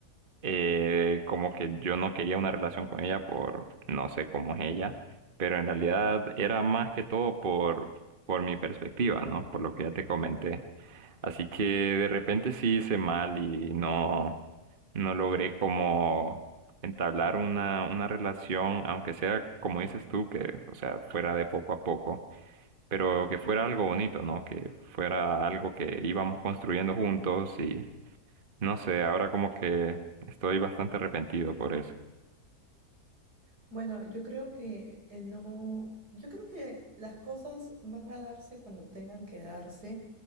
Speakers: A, on the right; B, on the right.
A: eh, como que yo no quería una relación con ella por no sé cómo es ella, pero en realidad era más que todo por, por mi perspectiva, ¿no? Por lo que ya te comenté. Así que de repente sí hice mal y no, no logré como entablar una, una relación, aunque sea como dices tú, que, o sea, fuera de poco a poco, pero que fuera algo bonito, ¿no? Que fuera algo que íbamos construyendo juntos no sé, ahora como que estoy bastante arrepentido por eso.
B: Bueno, yo creo que eh, no, yo creo que las cosas van a darse cuando tengan que darse.